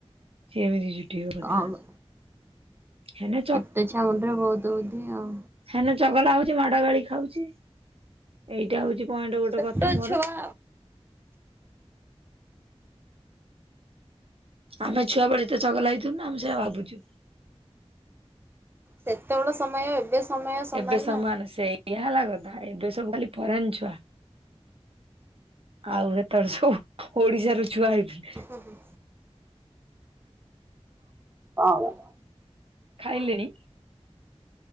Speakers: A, on the right (about 60°); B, on the right (about 20°).
A: ସିଏ ଏମିତି ଜୁଟେଇବ କଥା।
B: ହଉ।
A: ହେନେ
B: ଛୋଟ ଛୁଆ ମୁଣ୍ଡରେ ବହୁତ ବୃଦ୍ଧି ଆଉ।
A: ହେନା ଚଗଲା ହଉଛି ମାଡ ଗାଳି ଖାଉଛି ଏଇଟା ହଉ ପଏଣ୍ଟ ଗୋଟେ
B: ଛୋଟ
A: କଥା ମୋର।
B: ଛୁଆ
A: ଆମେ ଛୁଆ ବଳେ ଏତେ ଚଗଲା ହେଇଥୁଲୁ ନା ଆମେ ସେୟା ଭାବୁଛୁ।
B: ସେତେବେଳେ ସମୟ ଏବେ ସମୟ
A: ଏବେ ସମାନ
B: ନା।
A: ସେୟା ହେଲା କଥା ଏବେ ସବୁ ଖାଲି ଫରେନ୍ ଛୁଆ। ଆଉ ସେତେବେଳେ ସବୁ ଓଡିଶାର ଛୁଆ ହେଇଥିଲେ।
B: ହୁଁ। ହଁ ପା।
A: ଖାଇଲେଣିି?